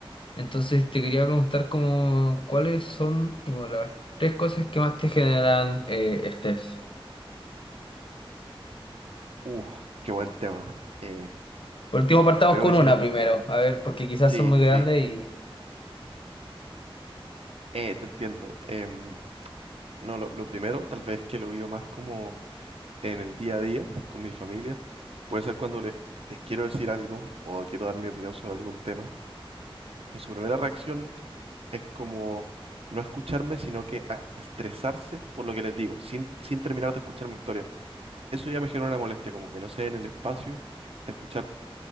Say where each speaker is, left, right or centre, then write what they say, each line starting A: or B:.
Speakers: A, on the left; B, on the right.
A: Entonces te quería preguntar como cuáles son como las tres cosas que más te generan eh, estrés.
B: uh, qué buen tema. Eh,
A: Por último, partamos
B: creo
A: con
B: que sí,
A: una
B: la-
A: primero. A ver, porque quizás
B: sí,
A: son muy grandes
B: sí,
A: y.
B: eh, te entiendo. Em, no, lo, lo primero, tal vez que lo vivo más como en el día a día con mi familia, puede ser cuando les, les quiero decir algo o quiero dar mi opinión sobre algún tema. Y su primera reacción es como no escucharme, sino que a a estresarse por lo que les digo, sin, sin terminar de escuchar mi historia. Eso ya me genera una molestia, como que no se den el espacio de escuchar